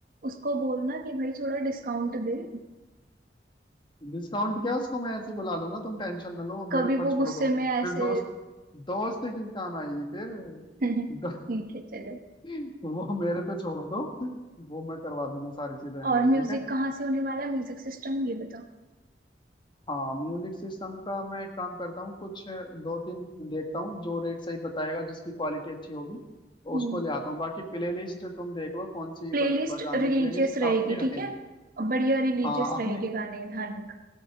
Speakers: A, on the right; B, on the left.
A: उसको बोलना कि भाई थोड़ा डिस्काउंट दे
B: डिस्काउंट क्या उसको मैं ऐसे ही बुला लूंगा तुम टेंशन ना लो वो मेरे
A: कभी
B: ऊपर
A: वो
B: छोड़
A: गुस्से
B: दो
A: में ऐसे
B: फिर दोस्त दोस्त किस काम आएगी फिर
A: <laughs> ठीक
B: दो,
A: है चलो
B: <laughs> वो मेरे पे छोड़ दो वो मैं करवा दूंगा सारी चीजें हैंडल
A: और म्यूजिक
B: ठीक है
A: कहाँ से होने वाला है म्यूजिक सिस्टम ये बताओ
B: हाँ म्यूजिक सिस्टम का मैं एक काम करता हूँ कुछ दो तीन देखता हूँ जो रेट सही बताएगा जिसकी क्वालिटी अच्छी होगी तो
A: हम्म।
B: उसको ले आता हूँ बाकी प्लेलिस्ट तुम देख लो कौन सी
A: प्लेलिस्ट
B: ब- बजानी
A: रिलीजियस
B: है प्लेलिस्ट अपनी
A: रहेगी
B: रखेंगे
A: ठीक है बढ़िया रिलीजियस
B: हाँ अपने
A: रहेंगे गाने धार्मिक